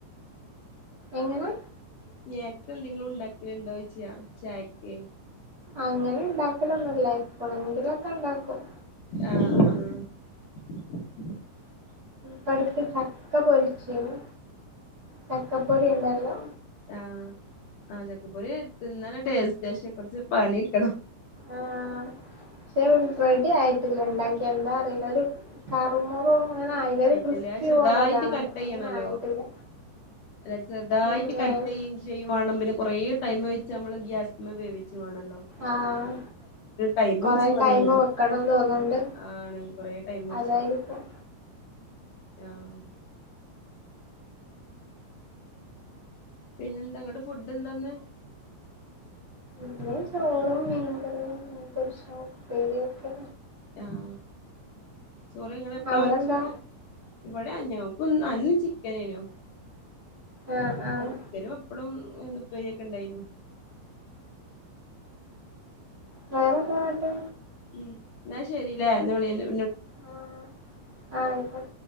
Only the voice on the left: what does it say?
സ്നെക്ക് എന്തെങ്കിലും ഇണ്ടാക്കൽ ഇണ്ടോ ചോയിച്ച ചായക്കെ
ആഹ് <unintelligible>
ആ ചക്ക പൊരി എര്ത്ത് നല്ല ടേസ്റ്റ് പക്ഷെ കൊർച്ച് പണി ഇട്ക്കണം
ആയിട്ടല്ലേ
ചെറുതായിട്ട്
കട്ട് ചെയ്യണല്ലോ
അല്ല ചെറുതായിട്ട്
കട്ട്
ചെയ്യയും ചെയ്യും വേണ കുറയട്ട് ടൈം വെച്ച നമ്മള് ഗ്യാസി വേവിച്ചു വണല്ലോട
ടൈംടിച്ച
മണിയ
ആണ കൊറ ടൈം പിടിച്ച
ആഹ പിന്നെ എന്താ അങ്ങട്ട ഫുഡ് എന്താന്ന്
ആഹ ചോറ് ഇങ്ങ എപ്പഴ
വെച്ച ഇവിടെ അ ഇ അന്ന് ചിക്കനേനോ
നോക്ക തരും അപ്പഴും എതുപ്പ ഒക്കെ ഉണ്ടായിു
ഉം എന്നാ ശരില്ല നമ്മള